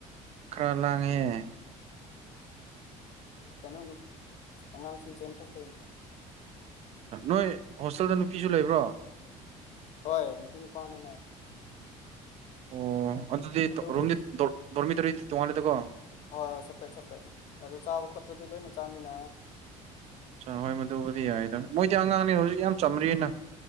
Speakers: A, on the right (about 50°); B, on the left (about 55°).
A: ꯈꯔ ꯂꯥꯡꯉꯦ
B: ꯀꯩꯅꯣꯅꯨ ꯑꯉꯥꯡꯁꯤꯡ ꯆꯦꯟꯊꯣꯛꯄꯒꯤꯅꯤ
A: ꯅꯣꯏ ꯍꯣꯁꯇꯦꯜꯗ ꯅꯨꯄꯤꯁꯨ ꯂꯩꯕ꯭ꯔꯣ
B: ꯍꯣꯏ ꯅꯨꯄꯤ ꯅꯨꯄꯥꯅꯅ
A: ꯑꯣ ꯑꯗꯨꯗꯤ
B: ꯑꯗꯨꯕꯨ
A: ꯔꯣꯝꯗꯤ ꯗꯣꯔꯃꯤ ꯇꯧꯔꯤꯗꯤ ꯇꯣꯡꯉꯜꯂꯦꯗꯀꯣ
B: ꯍꯣꯏ ꯍꯣꯏ ꯁꯄꯔꯦꯠ ꯁꯄꯔꯦꯠ ꯑꯗꯨꯗꯣ ꯆꯥꯕ ꯈꯣꯠꯄꯗꯤ ꯂꯣꯏꯅ ꯆꯥꯃꯤꯟꯅꯔꯦ
A: ꯑ ꯍꯣꯏ ꯃꯗꯨꯕꯨꯗꯤ ꯌꯥꯏꯗ ꯃꯣꯏꯗꯤ ꯑꯉꯥꯡꯅꯦ ꯍꯧꯖꯤꯛ ꯌꯥꯝ ꯆꯝꯔꯤꯅ